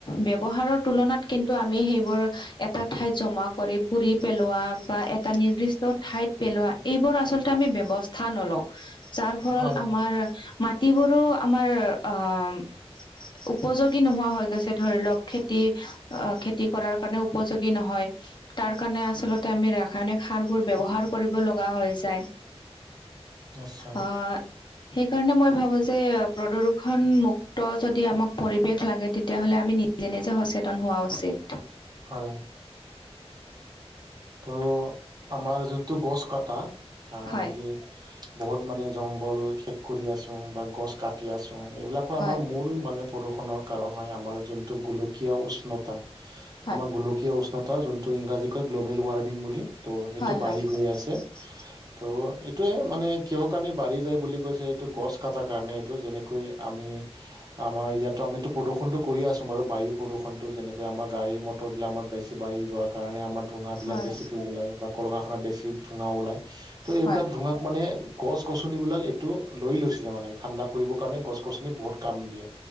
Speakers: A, on the left; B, on the right.
A: ব্যৱহাৰৰ তুলনাত কিন্তু আমি সেইবোৰ এটা ঠাইত জমা কৰি পুৰি। পেলোৱা বা এটা নিৰ্দিষ্ট ঠাইত পেলোৱা, এইবোৰ আচলতে আমি ব্যৱস্থা নলওঁ। যাৰ ফলত
B: হয়
A: আমাৰ মাটিবোৰো। আমাৰ অ', উপযোগী নোহোৱা হৈ গৈছে, ধৰি লওক খেতি অ', খেতি কৰাৰ কাৰণে উপযোগী নহয়। তাৰ কাৰণে আচলতে আমি ৰাসায়নিক সাৰ বোৰ ব ব্যৱহাৰ কৰিব লগা হয় যায়।
B: নিশ্চয়
A: অ', সেইকাৰণে মই ভাবোঁ যে, প্ৰদূৰ্ষন মুুক্ত যদি আমাক পৰিৱেশ লাগে, তেতিয়াহ'লে আমি নিজ নিজে সচেতন হোৱা উচিত।
B: হয়। ত' আমাৰ যোনটো গছ কটা,
A: হয়
B: আমি যে বহুত মানে জংঘল শেষ কৰি আছোঁ বা গছ কাটি আছোঁ এইবিলাকো
A: হয়
B: আমাৰ মূল মানে। প্ৰদূষণৰ কাৰণ হয়, আমাৰ যোনটো গোলকীয় উষ্ণতা
A: হয়
B: আমাৰ গোলকীয় উষ্ণতা যোনটো ইংৰাজীকৈ গ্ল'বেল ৱাৰ্মিং বুলি। ত' সেইটো
A: হয়
B: বাঢ়ি গৈ আছে।
A: <inaudible>
B: ত' এইটোয়ে মানে কিহৰ কাৰণে বাঢ়ি যায় বুলি কৈছে, এইটো গছ কটাৰ কাৰণে এইটো যেনেকৈ আমি আমাৰ ইয়াতো আমিতো প্ৰদূষণটো কৰিয়ে আছো বাৰু বায়ু প্ৰদূষণতো যেনেকে আমাৰ গাড়ী ম বটৰবিলাক আমাৰ বেছি বাঢ়ি যোৱাৰ কাৰণে আমাৰ ঠোঙাবিলাক
A: হয়
B: বেছিকৈ ওলায় বা কলকাৰখানাত বেছি ধোঁৱা ওলায়। ত' এইবিলাক
A: হয়
B: ধোঁৱাক মানে- গছ-গছনিবিলাক এইটো লৈ লৈছিলে মানে, ঠাণ্ডা কৰিবৰ কাৰণে গছ-গছনি বহুত কাম দিয়ে।